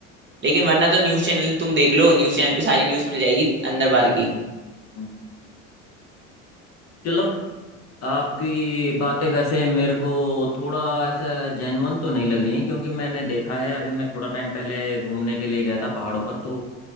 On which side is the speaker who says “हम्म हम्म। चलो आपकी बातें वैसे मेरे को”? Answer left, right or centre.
Left